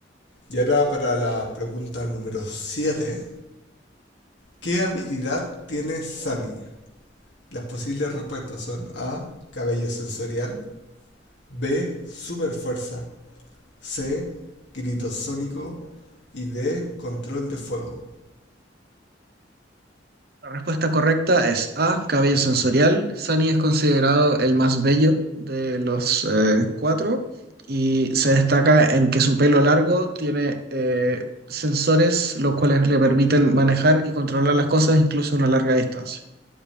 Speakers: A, on the left; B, on the right.
A: Y ahora para la pregunta número siete ¿Qué habilidad tiene Sunny? Las posibles respuestas son A. Cabello sensorial. B. Super fuerza. C. Grito sónico. Y D. Control de fuego.
B: La respuesta correcta es A, cabello sensorial. Sunny es considerado el más bello de los eh, cuatro y se destaca en que su pelo largo tiene eh, sensores los cuales le permiten manejar y controlar las cosas incluso a una larga distancia.